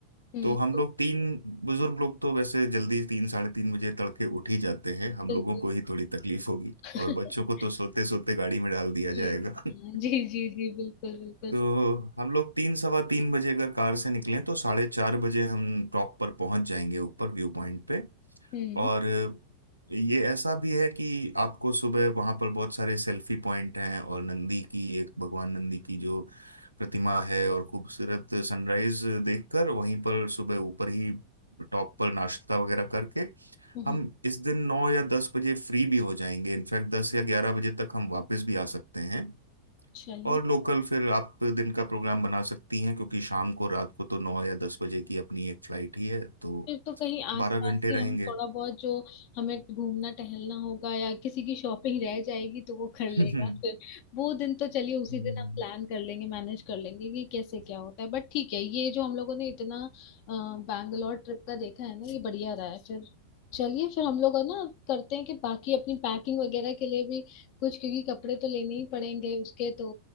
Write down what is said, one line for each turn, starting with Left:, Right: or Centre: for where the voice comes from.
Left: हम्म
Right: तो हम
Left: तो-
Right: लोग तीन बुजुर्ग लोग तो वैसे जल्दी तीन साढ़े तीन बजे तड़के उठ ही जाते हैं हम
Left: बिल्कुल
Right: लोगों को ही थोड़ी तकलीफ होगी
Left: <laughs>
Right: और बच्चों को तो सोते सोते गाड़ी में डाल दिया जाएगा
Left: जी हाँ,
Right: <laughs>
Left: जी जी जी बिल्कुल बिल्कुल
Right: तो हम लोग तीन सवा तीन बजे अगर कार से निकलें तो साढ़े चार बजे हम टॉप पर पहुंच जाएंगे ऊपर व्यू पॉइंट पे
Left: सही।
Right: और
Left: हम्म
Right: ये ऐसा भी है कि आपको सुबह वहां पर बहुत सारे सेल्फी पॉइंट हैं और नंदी की एक भगवान नंदी की जो प्रतिमा है और खूबसूरत सनराइज देखकर वहीं पर सुबह ऊपर ही टॉप पर नाश्ता वगैरह करके
Left: हम्म,
Right: हम इस दिन नौ या दस बजे फ्री भी हो जाएंगे इनफैक्ट दस या ग्यारह बजे तक हम वापस भी आ सकते हैं
Left: चलिए
Right: और लोकल फिर आप दिन का प्रोग्राम बना सकती हैं क्योंकि शाम को रात को तो नौ या दस बजे की अपनी एक फ्लाइट ही है तो
Left: फिर तो कहीं आसपास
Right: बारह घंटे
Left: ही हम
Right: रहेंगे
Left: थोड़ा बहुत जो हमें घूमना टहलना होगा या किसी की शॉपिंग रह जाएगी तो वो कर
Right: <laughs>
Left: लेगा <laughs> फिर वो दिन तो चलिए उसी
Right: हम्म
Left: दिन हम प्लान कर लेंगे मैनेज कर लेंगे कि कैसे क्या होता है बट ठीक है ये जो हम लोगों ने इतना अ, बैंगलोर ट्रिप का देखा है ना ये बढ़िया रहा है फिर चलिए फिर हम लोग है ना करते हैं कि बाकी अपनी पैकिंग वगैरह के लिए भी कुछ क्योंकि कपड़े तो लेने ही पड़ेंगे उसके तो